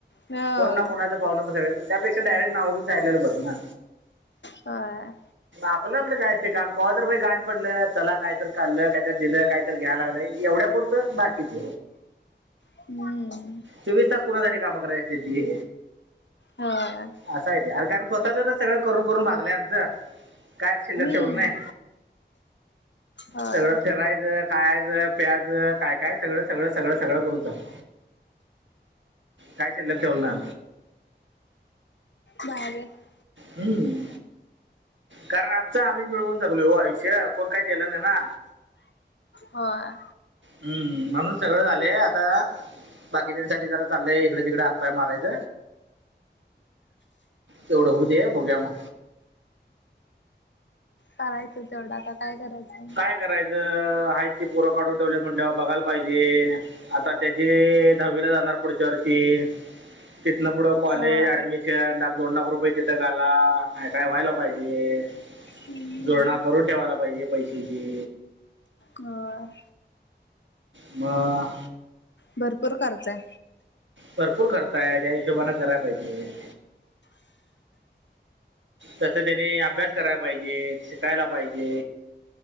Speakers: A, on the left (about 75°); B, on the right (about 85°).
A: होय
B: कोण ना कोणाचा पाग त्याेा डायरेक्ट नाव लेलं बरं ना
A: हा..
B: आपलं आपलं काय ते काम क तर गाठ पडलं त्याला कायत खाललं कायत दिलं काय घ्यायला लागलं एवढ्या पुुरत बाकीच
A: हम्म.
B: चोवीस तास कुणासाठी काम करायती?
A: होय.
B: असायते अर कारण स्वतःच तर सगळं करून, करून भागलंय आमचं. काय शिलर
A: हम्म
B: ठेवलं नाही
A: होय
B: सगळं फिरायच खायाच प्यायच काय, काय सगळं, सगळं, सगळं, सगळं करून बसलो. काय शिल्लक ठेवल ना.
A: बाग आहे <unintelligible>
B: हम्म. कारण आमच आम्हीच मिळवून जगलोय हो आयुष्य कोण काही दिलं नाही ना.
A: होय.
B: हम्म म्हणून सगळं झाले आता बाकीच्यासाठी जरा चाललंय इकडे तिकडे हातपाय मारायच. तेवढं होऊ दे बघुया मग
A: करायचं तेवढ आता काय करायचं?
B: काय करायचं आहेत की परं काढून ठेवलात म्हटल्या वर बघायला पाहिजे आता त्याची दहावीला जाणार पुढच्या वर्षी कितन पुढ कॉलेज
A: होय
B: ऍडमिशन चार लाख, दोन लाख रुपये तिथं घाला आणि काय व्हायला पाहिजे.
A: हम्म
B: जोडणा करून ठेवायला पाहिजे पैसेची
A: होय.
B: म..
A: भरपूर खर्च आहे.
B: भरपूर खर्च आहे त्या हिशोबाने कराय पाहिजे. तस त्यानी अभ्यास करायला पाहिजेत शिकायला पाहिजे.